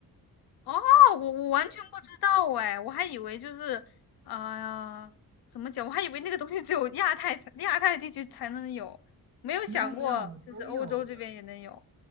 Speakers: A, on the left (about 75°); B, on the right (about 30°).
A: 哦，我我完全不知道哎，我还以为就是，呃，怎么讲？我还以为那个东西只有亚太才亚太地区才能有，没有想过就是欧洲这边也能有
B: 没有没有，都有的，